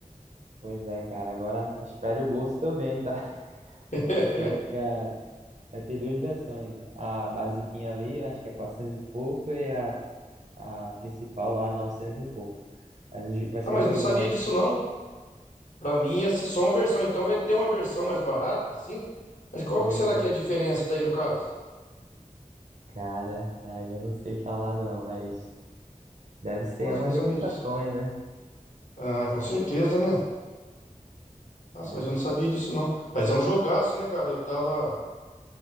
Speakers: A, on the right (about 60°); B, on the left (about 65°).
A: Pois é, cara. Agora espere o bolso também, tá? <laughs>
B: <laughs>
A: Vai ser, cara. Vai ter duas versões. A basiquinha ali, acho que é 400 e pouco, e a, a principal lá, 900 e pouco. Mas o jo- vai ser
B: Ah, mas
A: um jogão,
B: não sabia
A: hein?
B: disso não. Pra mim ia ser só uma versão, então vai ter uma versão mais barata, sim. Mas qual
A: Isso,
B: que será
A: vai...
B: que é a diferença daí no caso?
A: cara. Aí eu não sei falar, não, mas deve ser
B: Nossa,
A: algumas
B: eu não sabia
A: limitações,
B: disso.
A: né?
B: Ah, com certeza, né? Nossa,
A: É.
B: mas eu não sabia disso não. Mas é um jogaço, né, cara? Eu tava,